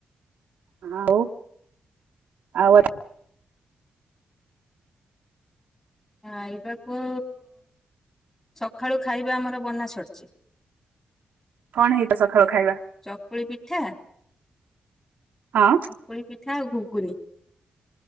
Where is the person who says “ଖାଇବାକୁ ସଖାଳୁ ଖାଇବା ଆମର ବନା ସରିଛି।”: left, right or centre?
Left